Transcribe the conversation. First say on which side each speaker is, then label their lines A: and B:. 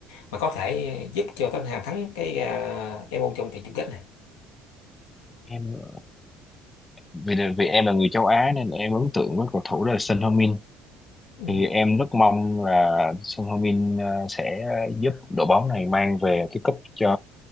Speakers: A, on the left; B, on the left.
A: mà có thể giúp cho Tottenham thắng cái uh, MU trong trận chung kết này?
B: em vì là- vì em là người châu Á nên em ấn tượng với cầu thủ là Son Heung-min
A: Ừ,
B: thì em rất mong là Son Heung-min à, sẽ giúp đội bóng này mang về cái cúp cho